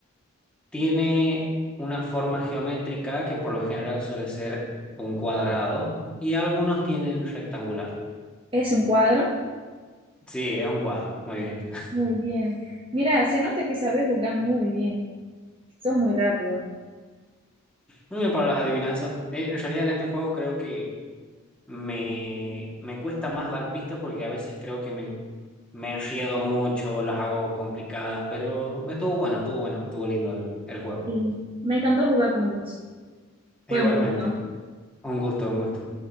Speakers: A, in the centre; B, on the right.
A: Tiene una forma geométrica que por lo general suele ser un cuadrado y algunos tienen rectangular.
B: Es un cuadro.
A: Sí, es un cuadro, muy bien.
B: Muy bien. Mira, se nota que sabes jugar muy bien. Sos muy rápido.
A: Muy bien para las adivinanzas. Eh, en realidad en este juego creo que me, me cuesta más dar pistas porque a veces creo que me, me enriedo mucho, las hago complicadas, pero estuvo bueno, estuvo bueno, estuvo lindo el el juego.
B: Y me encantó jugar con vos.
A: Igualmente,
B: Fue un gusto.
A: un gusto, un gusto.